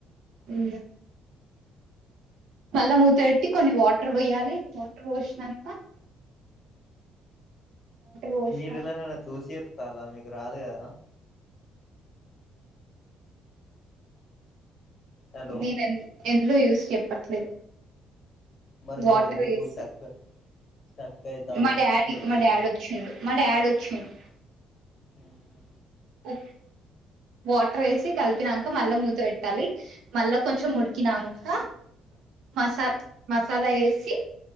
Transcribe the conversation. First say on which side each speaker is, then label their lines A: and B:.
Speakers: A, on the right; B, on the left.
A: ఉ మళ్ళా మూత పెట్టి కొన్ని వాటర్ పోయాలి వాటర్ పోసినక పోసినాం
B: మీరు ఎలాననా చూసి చెప్తారా మీకు రాదు కదా హలో
A: నేను ఎం ఎందులో చూసి చెప్పట్లేదు
B: మరి
A: వాటర్
B: మీరు ఎందుకు
A: వేసి
B: స్టక్ స్టక్ అయితాళ్ళు
A: మా డాడీ
B: చెప్పుడానికి
A: మా డాడ్ ఒచ్చిండు మా డాడ్ ఒచ్చిండు
B: ఉహు
A: అఓ వాటర్ వేసి కలిపినాక మళ్ళా మూత పెట్టాలి మళ్ళా కొంచెం ముడికినంక మసా మసాలా వేసి